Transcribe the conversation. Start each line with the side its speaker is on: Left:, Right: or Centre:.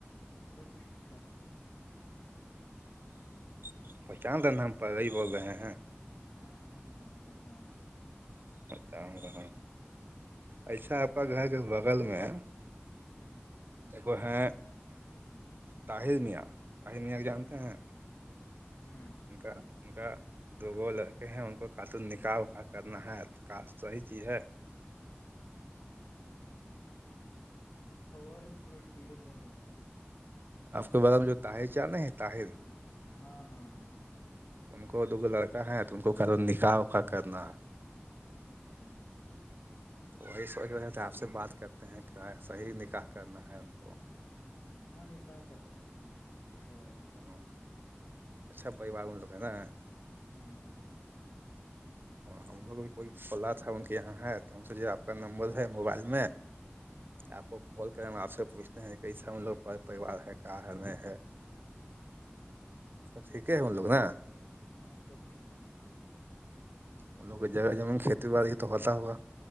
Left: سب ٹھیک ٹھاک ہیں
Right: ہ پہچان د ن ہم پری بول رہے ہیں
Left: ہاں ہاں رام پرسان
Right: رہ ایسا اپ کا گھر کے بغل میں
Left: <unintelligible>
Right: کو ہیں طاہر میاں طاہل میاں جانتے
Left: ہوں
Right: ہیں
Left: ہوں
Right: ان کا ان کا دو وہ لڑکے ہیں ان کو خاتون نکاح اکا کرنا ہے تو کاس صحی چیز ہے
Left: آواز میں تھوڑا کلیئر نہیں ہو پا رہا
Right: آپ کے بغ میں جو طاہر چانے ہیں طاہر
Left: ہاں ہاں ہاں
Right: ان کو دوگو لڑکا ہے تو ان کو کرو نکاح اکا کرنا ہے
Left: اچھا
Right: تو وہی سوچ رہے تھے آپ سے بات کرتے ہیں کیا صحیح نکاح کرنا ہے ان کو
Left: ہاں نکاح کر سکتے ہ اچھا رہے گا اس سب
Right: ہ
Left: کا
Right: اچھا پریوار ان لوگ ہیں نا
Left: ہاں
Right: ہم لوگ بھی کوئی بو رہا تھا ان کے یہاں ہے تو ہم سوچے آپ کا نمبر ہے موبائل میں
Left: ہوں
Right: آپو کال کرے آپ سے پوچھتے ہیں کیسا ہم لوگ پریوار ہے کا ہے نہیں ہے
Left: ہاں
Right: ٹھیک ہے ہم لوگ نا
Left: ہاں سب ٹھیک ٹھاک ہے
Right: ان لوگ کے جگہ جمین کھیتی بای تو ہوتا ہوگا